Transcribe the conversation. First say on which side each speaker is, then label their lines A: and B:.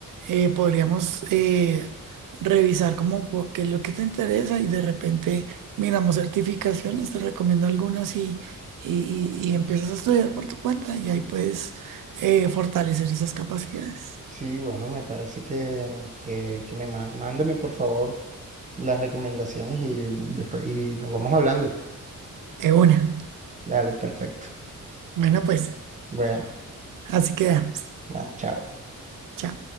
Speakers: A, on the right; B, on the right.
A: eh, podríamos eh, revisar como cu- qué es lo que te interesa y de repente miramos certificaciones, te recomiendo algunas y, y, y- y empiezas a estudiar por tu cuenta y ahí puedes eh, fortalecer esas capacidades.
B: Sí, bueno, me parece que, que, que me ma- mándame por favor las recomendaciones y después y nos vamos hablando.
A: De una.
B: Dale, perfecto.
A: Bueno, pues
B: Bueno,
A: así quedamos.
B: dale, chao.
A: Chao.